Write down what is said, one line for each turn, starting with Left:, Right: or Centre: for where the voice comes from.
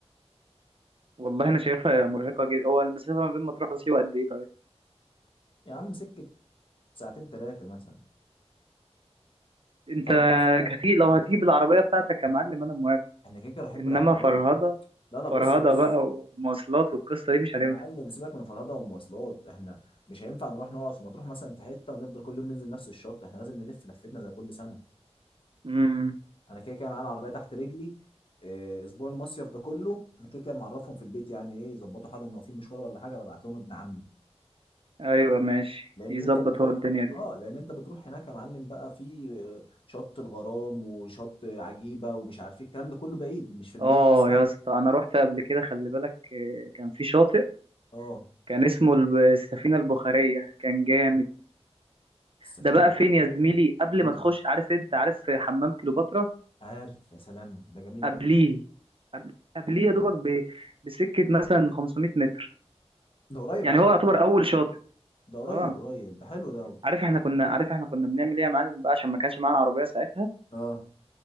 Right: والله انا شايفها مرهقه جدا هو المسافه ما بين مطروح وسيوه قد ايه طيب
Left: يا عم سكه ساعتين ثلاثه مثلا
Right: انت
Left: اربع ساعات
Right: هتيجي
Left: بالكتير.
Right: لو هتيجي بالعربيه بتاعتك يا معلم انا موافق
Left: احنا كده كده رايحين
Right: انما
Left: بالعربيه
Right: فرهضه
Left: لا لا بص
Right: فرهضه
Left: بص
Right: بقى ومواصلات والقصه دي مش هتنفع
Left: يا معلم سيبك من فرهدة ومواصلات احنا مش هينفع نروح نقعد في مطروح مثلا في حتة ونفضل كل يوم ننزل نفس الشط احنا لازم نلف لفتنا زي كل سنة
Right: امم
Left: انا كده كده معايا العربية تحت رجلي اه، اسبوع المصيف ده كله انا كده كده معرفهم في البيت يعني ايه يظبطوا حالهم لو في مشوار ولا حاجة ببعت لهم ابن عمي
Right: ايوه ماشي
Left: لان
Right: يظبط
Left: انت بتروح
Right: هو الدنيا دي
Left: اه لان انت بتروح هناك يا معلم بقى في اه، شط الغرام وشط عجيبة ومش عارف ايه الكلام ده كله بعيد مش في المدينة
Right: اه
Left: نفسها
Right: يا اسطى انا رحت قبل كده خلي بالك آه، كان في شاطئ
Left: اه
Right: كان اسمه الب- السفينه البخاريه كان جامد
Left: السفينة
Right: ده بقى
Left: البحرية
Right: فين يا زميلي قبل
Left: مين
Right: ما تخش
Left: ده
Right: عارف انت عارف حمام كليوباترا
Left: عارف يا سلام ده جميل
Right: قبليه
Left: قوي ده
Right: قبل- قبليه يا دوبك ب- بسكه مثلا 500 متر
Left: ده قريب
Right: يعني
Left: على
Right: هو
Left: كده
Right: يعتبر اول شاطئ
Left: ده قريب
Right: اه
Left: قريب ده حلو ده أوي
Right: عارف احنا كنا عارف احنا كنا بنعمل ايه يا معلم بقى عشان ما كانش معانا عربيه ساعتها
Left: اه